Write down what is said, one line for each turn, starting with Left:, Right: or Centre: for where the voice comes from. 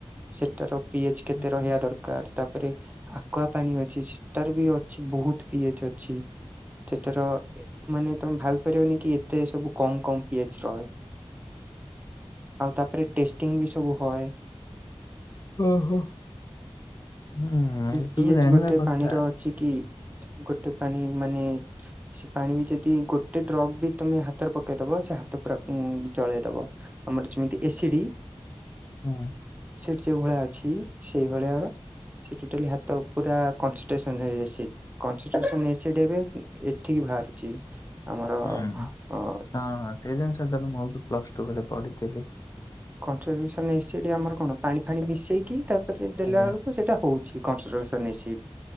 Right: ସେଟାର ପିଏଚ୍
Left: ହଁ।
Right: କେତେ ରହିବା ଦରକାର। ତା ପରେ ଆକୁଆ ପାଣି ଅଛି। ସେଟାର ବି ଅଛି ବୋହୁତ ପି ଏଚ୍ ଅଛି। ସେଟାର ଏ ମାନେ ତମେ ଭାବି ପାରିବନି କି ଏତେ ସବୁ କମ୍ କମ୍ ପିଏଚ୍ ରହେ। ଆଉ ତାପରେ ଟେଷ୍ଟିଂ ବି ସବୁ ହଏ।
Left: ଓହୋ ହୁଁ ଏସବୁ
Right: ପିଏଚ
Left: ଜାଣିବା
Right: ଗୋଟେ
Left: କଥା।
Right: ପାଣିର ଅଛି କି ଗୋଟେ ପାଣି ମାନେ ସେ ପାଣି ବି ଯଦି ଗୋଟେ ଡ୍ରପ ବି ତମେ ହାତରେ ପକେଇଦବ ହାତ ପୁରା ଉଁ ଜଳେଇ ଦବ ଆମର ଯେମିତି ଏ ସି ଡି
Left: ହଁ।
Right: ସେଇ ଭଳିଆ ଅଛି ସେଇଭଳିଆ ର ସେ ଟୋଟାଲୀ ହାତ ପୁରା କନଶିଷ୍ଟେସନ୍ ରେ ଏସି କନଶିଷ୍ଟେସନ୍ ରେ ଏସି ଦେବେ ଠିକ ବାହାରୁଚି ଆମର
Left: ହୁଁ
Right: ଅ
Left: ହୁଁ ହଁ ହଁ ସେଇ ଜିନିଷା ଟା ବି ମୁଁ ବି ପ୍ଲସ ଟୁ ବେଳେ ପଢିଥିଲି।
Right: କନଶିଷ୍ଟେସନ୍ ଏସି ରେ ଆମର କଣ ପାଣି ଫାଣି ମିଶେଇକି ତାପରେ ଦେଲା
Left: ଆଜ୍ଞା।
Right: ବେଳକୁ ସେଇଟା ହଉଚି। କନଶିଷ୍ଟେସନ୍ ଏସି